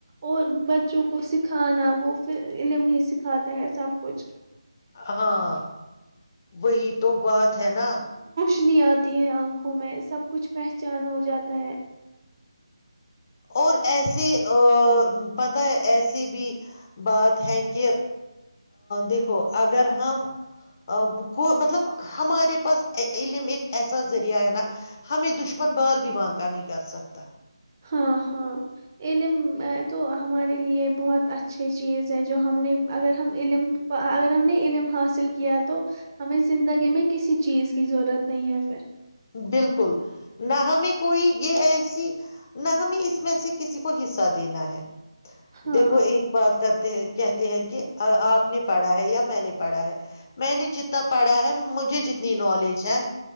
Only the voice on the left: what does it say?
ہاں وہی تو بات ہے نا
اور ایسی ا پتا ہے ایسی بھی بات ہے کہ دیکھو اگر ہم کو مطلب ہمارے پاس علم ایک ایسا ذریعہ ہے نا ہمیں دشمن بال بھی با نکا نہیں کر سکتا
بالکل نہ ہمیں کوئی یہ ایسی نہ ہمیں اس میں سے کسی کو حصہ دینا ہے
دیکھو ایک بات کرتے ہیں کہتے ہیں کہ آپ نے پڑھا ہے یا میں نے پڑھا ہے میں نے جتنا پڑھا ہے مجھے جتنی نالج ہے